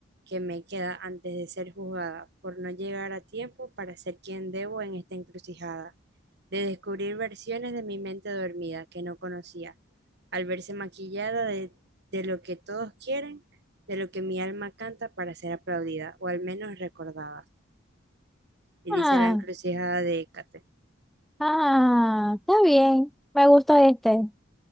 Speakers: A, on the right (about 55°); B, in the centre.
A: que me queda antes de ser juzgada por no llegar a tiempo para ser quien debo en esta encrucijada, de descubrir versiones de mi mente dormida que no conocía, al verse maquillada de, de lo que todos quieren, de lo que mi alma canta para ser aplaudida o al menos recordada. Y
B: Ah,
A: dice la encrucijada de Hécate.
B: ah, está bien. Me gusta este.